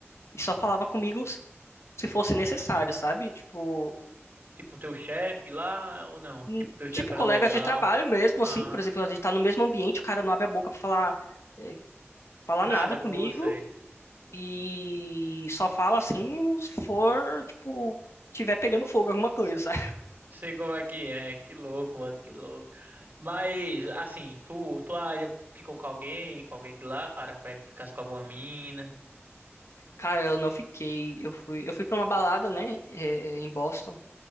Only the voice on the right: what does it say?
tipo, teu chefe lá, ou não?
Tipo, teu chefe
era
legal,
ah,
nada
com você.
Sei como é que é, que louco, mano, que louco. Mas, assim, tu, tu ainda ficou com alguém, com alguém de lá, cara, pega, ficasse com alguma mina...